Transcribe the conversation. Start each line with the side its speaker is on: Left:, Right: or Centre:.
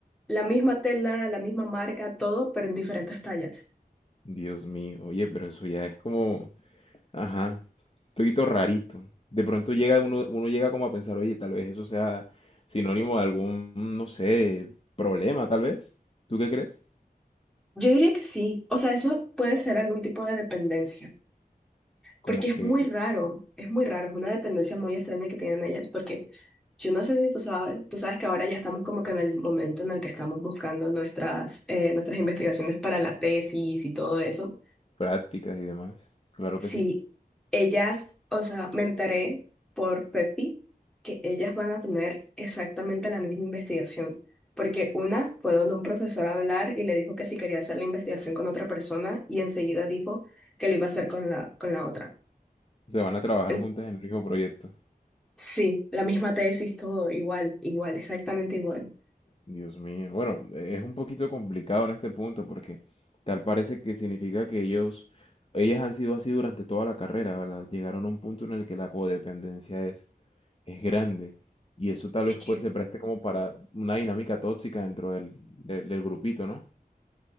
Centre: la misma tela, la misma marca, todo, pero en diferentes tallas.
Left: Dios mío, oye, pero eso ya es como, Ajá, un poquito rarito. De pronto llega uno, uno llega como a pensar, oye, tal vez eso sea sinónimo de algún, no sé, problema, tal vez. ¿Tú qué crees?
Centre: Yo diría que sí. O sea, eso puede ser algún tipo de dependencia,
Left: Como
Centre: porque es
Left: que
Centre: muy raro, es muy raro, es una dependencia muy extraña que tienen ellas, porque yo no sé si tú sabes, tú sabes que ahora ya estamos como que en el momento en el que estamos buscando nuestras, eh, nuestras investigaciones para la tesis y todo eso.
Left: prácticas y demás. Claro
Centre: Sí,
Left: que sí.
Centre: ellas, o sea, me enteré por Pepi que ellas van a tener exactamente la misma investigación, porque una fue donde un profesor a hablar y le dijo que si quería hacer la investigación con otra persona y enseguida dijo que lo iba a hacer con la, con la otra.
Left: Se van a trabajar
Centre: En-
Left: juntas en el mismo proyecto.
Centre: Sí, la misma tesis, todo igual, igual, exactamente igual.
Left: Dios mío. Bueno, es un poquito complicado en este punto porque tal parece que significa que ellos, ellas han sido así durante toda la carrera, ¿verdad? Llegaron a un punto en el que la codependencia es es grande. Y eso tal
Centre: Es
Left: vez
Centre: que
Left: pue- se preste como para una dinámica tóxica dentro del, del- del grupito, ¿no?